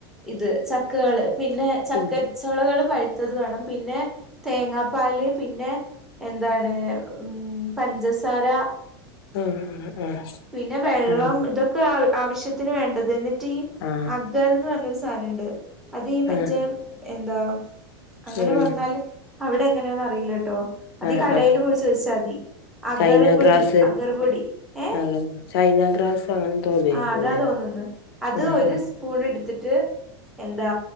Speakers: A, in the centre; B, on the left.
A: ഇത് ചക്കകള് പിന്നെ
B: ഉം
A: ചക്കചൊളകള് പഴുത്തത് വേണം പിന്നെ തേങ്ങാപ്പാല്, പിന്നെ എന്താണ് ഉം പഞ്ചസാര
B: ഉം ആഹ് ആഹ്
A: പിന്നെ വെള്ളം
B: ആഹ്
A: ഇതൊക്കെ അഹ് ആവശ്യത്തിന് വേണ്ടത്. ന്നിട്ടീ ഈ
B: ആഹ്
A: അഗ്ഗർന്ന് പർണൊരു സാനണ്ട് അത് ഈ മറ്റേം
B: ആഹ്
A: എന്തോ അങ്ങനെ
B: ആഹ്
A: പർഞാല് അവിടെ എങ്ങനെയാന്ന് അറിയീലട്ടോ അതി
B: ആഹ്
A: കടല് പോയി ചോയിച്ചാ അതി അഗർപൊടി
B: ചൈന ഗ്രാസ്
A: അഗർപൊടി ഏ
B: ആ ചൈന ഗ്രാസ് അങ്ങനെന്തോ ഉപയോഗിക്കൂലേ
A: ആ അതാ തോന്നന്ന് അത്
B: ആ
A: ഒരു
B: ആ
A: സ്പൂൺ ടുത്തിട്ട് എന്താ